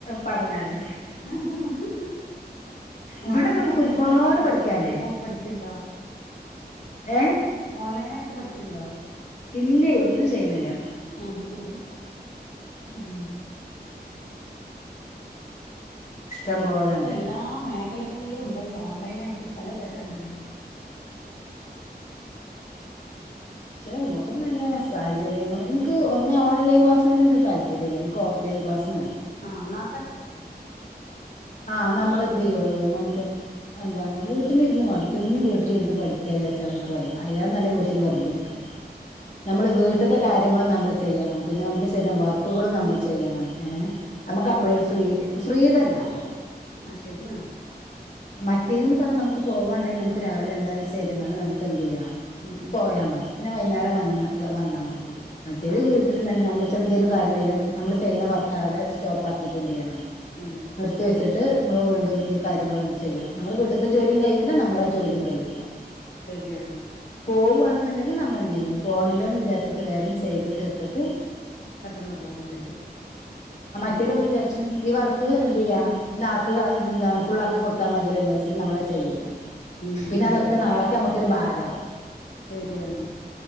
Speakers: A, on the left; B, on the left.
A: പഠനാണ്
B: ആഹഹഹ
A: ഇവിടെ
B: ഓൺലൈൻ
A: നമുക്ക്
B: ആയിട്ട്
A: ഒരുപാട്
B: എന്തേലും പണി
A: പഠിക്കാല്ലേ
B: ഇപ്പോ പഠിക്കന്ണ്ടാ
A: ഏ
B: ഓൺലൈൻ ആയിട്ട് പഠിക്കന്ണ്ടോ
A: ഇല്ലേ ഒന്നും ചെയ്യുന്നില്ല
B: അത് ശരി ഉം
A: ഇഷ്ടം പോലെണ്ട്
B: ഇപ്പ എല്ലാ മേഖലകളിലും ഉണ്ടല്ലോ ഓൺലൈൻ ആയിട്ട് നല്ല തെര ഉണ്ടല്ലോ
A: പക്ഷെ മ്മക്കൊന്നും ഇല്ല സാഹചര്യങ്ങൾ എനിക്ക് ഒന്ന് ഓൺലൈൻ ക്ലാസിനോട് എനിക്ക് താല്പര്യമില്ല എനിക്ക് ഓഫ് ലൈൻ ക്ലാസ് മതി
B: ആ അന്നാ
A: ആഹ് നമ്മൾ
B: ശരിയാവും
A: എന്ത് ചെയ്യുള്ളൂ നമുക്ക് എന്താണ് വീട്ടിലിരുന്ന് മടുത്തു ഇനി വീട്ടിലിരുന്ന് പഠിക്കാന്ന് വെച്ചാൽ എനക്ക് വയ്യ വയ്യാന്നല്ല വീട്ടില് വെറുതെ ഇരി നമ്മള് വീട്ടിത്തെ കാര്യങ്ങളും നമ്മള് ചെയ്യണം പിന്നെ നമുക്ക് <unintelligible> വർക്കുകളും നമ്മള് ചെയ്യണം ഏ നമുക്ക് അപ്പൊഴെ ഫ്രീഡല്ല അപ്പൊ
B: ആഹ് ശരിയാണ്
A: മറ്റേത്ന്ന് പറഞ്ഞാൽ നമുക്ക് പോവാണ്ടെങ്കിൽ നമുക്ക് രാവിലെ എന്താ ചെയ്ത കും നമുക്ക് എന്ത് ചെയ്യാം
B: ഉം ഉം
A: പോയാൽ മതി പിന്നെ വൈകുന്നേരം വന്ന വന്നാ മതി ആ ചെറിയ
B: അതെ
A: വീട്ടിലിന്ന് തന്നെ നമ്മള് എന്തേലും കാര്യമുണ്ടേലും നമ്മള് ചെയ്യണ വർക്കവിടെ സ്റ്റോപ്പാക്കി ഇപ്പന്തുചെയ്യണം
B: ഉം
A: നിർത്തി വച്ചിട്ട് നമ്മള് വീണ്ടും ഈ കാര്യങ്ങൾ വന്ന് ചെയ്യണം നമ്മള വീട്ടത്തെ ജോലിയും കയിയൂല്ല നമ്മള ജോലിയും കയിയൂല്ല
B: ശരിയാണ്
A: പോവുകവാണെന്നുണ്ടെങ്കിൽ നമ്മൾ എന്തു ചെയ്യും പോണല്ലോന്ന് വിചാരിച്ചിട്ട് വേഗം ചെയ്ത് തീർത്തിട്ട്
B: പെട്ടെന്ന് പോവയും ചെയ്യും ഉം
A: <unintelligible> നമ്മള്
B: അതെ
A: വിചാരിച്ചും ഈ വർ ക്ക് എന്ത്‌ ചെയ്യ നാക്ക് എന്താണ് ഫുുള്ളാക്കി കൊടുത്താൽ മതിയല്ലോ വിചാരിച്ചിട്ട് നമ്മളത് ചെയ്യൂല.
B: ഉം
A: പിന്നെ
B: അതെ
A: അതൊക്കെ
B: അതെ
A: നാളൊക്കെ നമു ക്കൊരു ബാരാവും
B: ശരിയാണ്